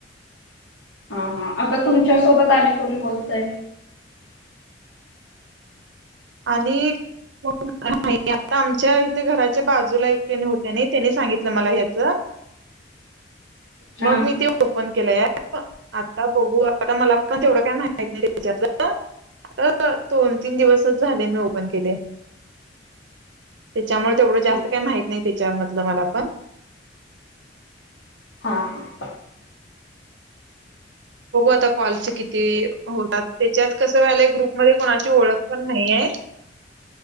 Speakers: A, on the left (about 85°); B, on the right (about 70°).
A: हां हां. आता तुमच्या सोबत आणि कोण बोलतंय?
B: आणि कोण न्हाई. आता आमच्या इथे घरा च्या बाजूला एक जनी होत्या नाई. तेनि सांगितलं मला ह्याच.
A: हा
B: मग मी ओपन केलं ॲप. आता बघु आता मला पण तेवढं काही माहित नाही त्याच्यातलं. आता दोन तीन दिवस च झाले. मी ओपन केले. त्याच्यामुळे तेवढं
A: ठीक
B: जास्त
A: आहे.
B: काही माहत नाही ते च्या मधलं मला पण.
A: हा हा.
B: बघू आता कॉल्स किती होतात? त्याच्यात कसं व्हायलाय, ग्रुपमध्ये कोणाची ओळख पण नाही आहे.